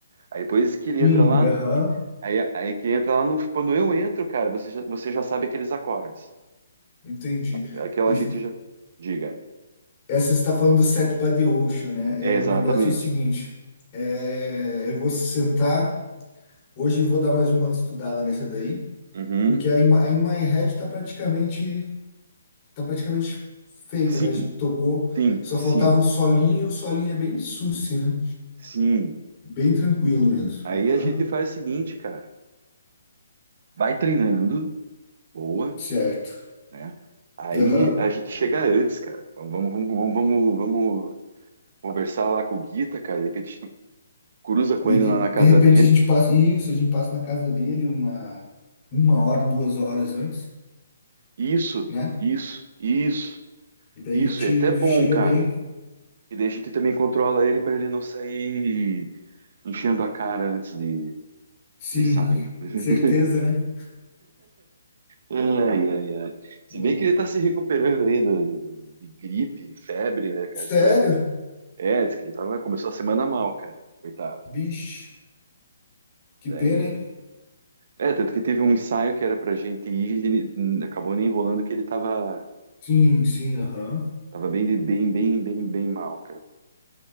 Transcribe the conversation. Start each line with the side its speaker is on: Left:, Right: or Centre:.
Right: Aí depois que ele
Left: Sim,
Right: entra lá,
Left: aham.
Right: no- que- aí, aí que entra lá no, quando eu entro, cara, você já, você já sabe aqueles acordes.
Left: Entendi.
Right: Aquela
Left: Isso-
Right: gente já diga.
Left: essa você está falando do Set by the Ocean, né?
Right: É,
Left: É, o
Right: exatamente.
Left: negócio é o seguinte: é, eu vou sentar, hoje eu vou dar mais uma estudada nessa daí,
Right: Uhum.
Left: porque a In, a In My Head está praticamente, tá praticamente feita,
Right: Sim,
Left: né? A gente tocou,
Right: sim,
Left: só
Right: sim,
Left: faltava o solinho, o solinho é bem susse, né?
Right: sim.
Left: Bem tranquilo mesmo.
Right: Aí
Left: Aham.
Right: a gente faz o seguinte, cara. Vai treinando, boa,
Left: Certo.
Right: né? Aí
Left: Aham.
Right: a gente chega antes, cara. Vamos, vamos, vamos, vamos, vamos conversar lá com o Guita, cara. De repente a gente cruza com
Left: De,
Right: ele
Left: que-
Right: lá na casa
Left: de repente
Right: dele.
Left: a gente passa, isso, a gente passa na casa dele uma, uma hora, duas horas antes,
Right: Isso,
Left: né?
Right: isso, isso,
Left: E daí
Right: isso.
Left: tira,
Right: É até bom,
Left: chega
Right: cara.
Left: bem.
Right: E daí a gente também controla ele para ele não sair enchendo a cara antes de,
Left: Sim,
Right: do ensaio.
Left: <laughs>
Right: <laughs>
Left: certeza, né?
Right: Ai, ai, ai. Se
Left: Hum.
Right: bem que ele tá se recuperando ainda de gripe, febre, né, cara?
Left: Sério?
Right: Então é, pro- é, diz que ele tava, começou a semana mal, cara. Coitado.
Left: Vixe, que
Right: Daí.
Left: pena, hein?
Right: É, tanto que teve um ensaio que era pra gente ir, e ele hum, acabou nem enrolando que ele tava,
Left: Sim, sim, aham.
Right: tava bem, de- bem, bem, bem, bem mal, cara.